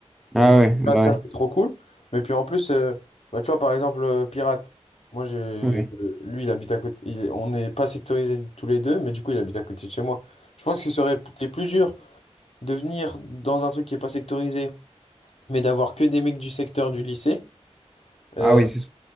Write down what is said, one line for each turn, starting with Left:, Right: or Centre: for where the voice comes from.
Centre: Ah
Left: Et donc
Centre: ouais, bah
Left: là, ça,
Centre: ouais.
Left: c'est trop cool. Mais puis en plus, euh, bah, tu vois, par exemple, euh, Pirate, moi, j'ai, euh,
Centre: Ouais.
Left: lui, il habite à côté. il est- on n'est pas sectorisés tous les deux, mais du coup, il habite à côté de chez moi. Je pense que ce serait peut-être plus dur de venir dans un truc qui n'est pas sectorisé, mais d'avoir que des mecs du secteur du lycée. euh,
Centre: Ah ouais, c'est sûr.